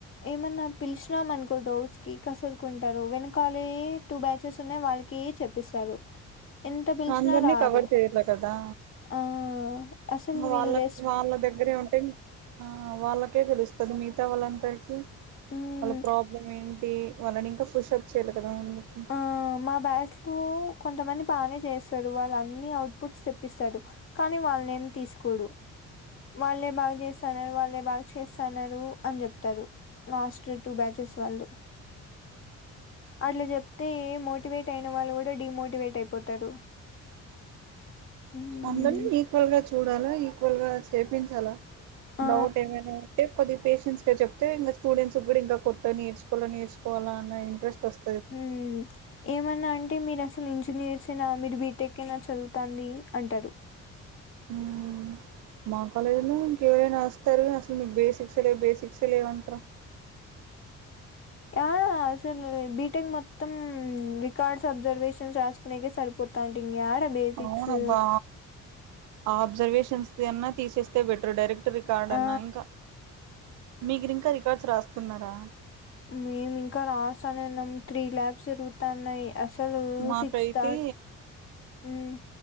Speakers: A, on the left; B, on the right.
A: ఏమన్నా పిలష్నం అన్క్ కో డౌట్స్ కి కసరుకుంటారు. వెనకాలే టూ బ్యాచెస్ ఉన్నాయ్ వాళ్ళకే చెప్పిసరు. ఎంత పిలిచిన్నా
B: అందరినీ
A: రారు.
B: కవర్ చేయట్లే కదా
A: ఆ అసలు వీళ్
B: వాళ్ళ
A: రే
B: వాళ్ళ దగ్గరే ఉంటేన్ ఆ వాళ్ళకే దేలుస్తది. మిగతా వాళ్ళంతరికీ
A: హ్మ్.
B: వాళ్ళ ప్రాబ్లం ఏంటి వాళ్ళని ఇంకా పుషప్ చేయలే గాదా అందుకి
A: ఆ మా బ్యాచ్ లో కొంతమంది బానే చేసరు వాళ్ళ అన్ని అవ్ పుట్స్ సిప్పిసరు. కానీ వాళ్ళనేం తీసుకోడు. వాళ్ళే బాగ్ జేసారా. వాళ్ళే బాగ్ చేస్ తన్నారు అని జేప్తారు. లాస్టు టూ బ్యాచెస్ వాళ్ళు అట్లా జేప్తే మోటివేట్ అయిన వాళ్ళు కూడా డిమోటివేట్ అయిపోతారు. మ్మ్
B: అందర్నీ ఈక్వల్ గా చూడాలా ఈక్వల్ గా చేపించాలా
A: ఆ
B: డౌట్ ఏమైనా ఉంటే కొద్దిప్ పేషెంట్స్గా జేప్తే ఇంగా, స్టూడెంట్స్ కి గూడా ఇంగా, కొత్త నేర్చుకోలే, నేర్చుకోవాల అన్న ఇంట్రెస్ట్ వస్త్
A: హుహు్ ఏమన్నాడ్ అంటే మీరు అసలు ఇంజనీర్స్ ఏనా మీరు బీటెకేనా చదువుతాది అంటరు.
B: మువు మా కాలేజ్ లో ఇంకెవరైనా వస్తరు. అసలు మీ బేసిక్స్ లే, బేసిక్స్ లేవ్ అంటరా.
A: యాడా అసలు బీటెక్ మొత్తం రికార్డ్స్ అబ్జర్వేషన్స్ రాసుకునేకే సరిపోతాండి. ఇగ్నక్యాడ బేసిక్సు
B: అవునబ్బా ఆ అబ్జర్వేషన్సది అన్న తీసేస్తే బెటర్ డైరెక్ రికార్డ్
A: ఆ
B: అన్నా ఇంకా మీక్రీ ఇంకా రికార్డ్స్ రాస్తున్నారా.
A: మేము ఇంకా రాస్తానేన్నాం త్రీ ల్యాబ్స్ జరుగుతాన్నాయి అసలు
B: మాకైతే
A: సిక్స్థ మ్మ్